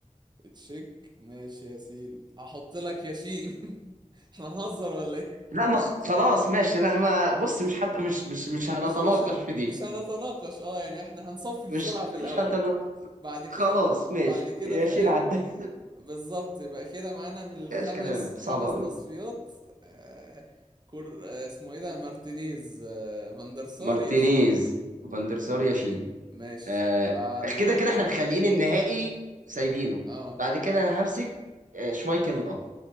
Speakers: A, on the right; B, on the right.
A: تشيك ماشي يا سيدي هحط لك ياشين <laughs> احنا هنهزر ولا ايه
B: لا ما خلاص ماشي لا ما بص مش حتى مش مش مش هنتناقش
A: مش مش ه-
B: في دي
A: مش هنتناقش اه يعني احنا هنصفي بسرعة
B: مش مش
A: في الاول
B: هنتناقش
A: بعد كده
B: خلاص ماشي
A: بعد كده
B: ياشين
A: فاهم
B: عدى <laughs>
A: بالظبط يبقى كده معانا من الخمس
B: ماشي كلام صعب
A: خمس
B: قوي
A: تصفيات آه كور آه اسمه ايه ده مارتينيز آه فاندرسار
B: مارتينيز
A: ياشين
B: فاندرسار ياشين
A: ماشي
B: آه
A: بعد كده
B: كده كده احنا مخليين النهائي سايبينه
A: اه,
B: بعد كده انا همسك آه شمايكل الاب